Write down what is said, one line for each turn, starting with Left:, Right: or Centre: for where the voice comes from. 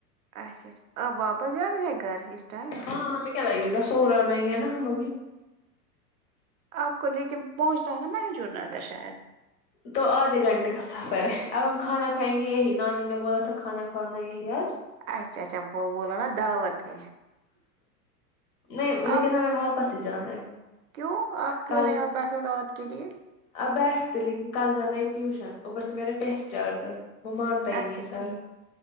Right: اچھا اچھا آپ واپس جانا ہے گھر اس ٹائم
Left: ہاں ہمیں کیا لگے گا سوورا میں ہی ہے نا ہمیں بھی
Right: آپ کو لے کے پہنچتا ہے نا محجور نگر شاید
Left: تو آدھے گھنٹے کا سفر ہے اب ہم کھانا کھائیں گے یہی نانیانی نے بولا تھا کھانا کھوانا یہی آج
Right: اچھا اچا وہ بول نا دعوت ہے
Left: نہیں لیکن
Right: آپ
Left: ہمیں واپس ہی جانا ہے
Right: کیوں آپ کیوں
Left: کل
Right: نہیں آپ بیٹھو رات کے لیے
Left: اب بیٹھتے لیکن کل جانا ہے ٹیوشن اوپر سے میرا ٹیسٹ چل رہا ہے وہ مانتا ہی
Right: اچھا
Left: نہیں ہے سر
Right: ٹھیک